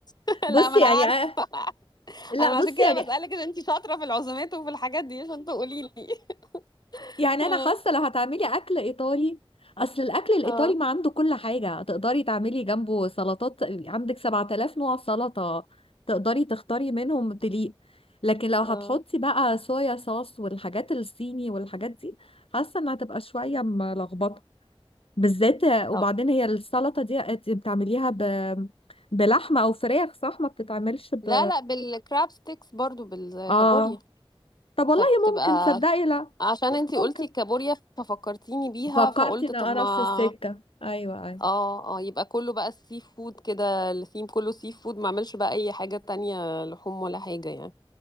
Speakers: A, on the left; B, on the left.
A: <laughs>
B: بصي
A: لا ما انا
B: يعني
A: عارفه
B: آه،
A: <laughs>
B: لا
A: انا
B: بصي
A: عشان كده
B: يعني
A: بسالك ان انتي شاطره في العزومات وفي الحاجات دي عشان تقولي لي <laughs>
B: يعني
A: اه
B: انا حاسه لو هتعملي اكل ايطالي اصل الاكل الايطالي
A: اه
B: ما عنده كل حاجه تقدري تعملي جنبه سلطات عندك 7000 نوع سلطه تقدري تختاري منهم تليق لكن لو هتحطي
A: اه
B: بقى صويا صوص والحاجات الصيني والحاجات دي حاسه انها هتبقى شويه ملخبطه بالذات وبعدين
A: طب
B: هي السلطه دي أنت بتعمليها ب... بلحمه او فراخ صح ما بتتعملش ب
A: لا لا بالكراب ستيكس برضو بالكابوريا
B: اه طب والله
A: فبتبقى
B: ممكن تصدقي لا
A: عشان انتي قلتي
B: ممكن
A: الكابوريا ففكرتيني بيها
B: فكرتي
A: فقلت
B: ان
A: طب
B: انا
A: ما
B: نفس السكه ايوه ايوه
A: اه اه يبقى كله بقى السي فود كده الثيم كله سي فود ما اعملش بقى اي حاجة تانية لحوم ولا حاجة يعني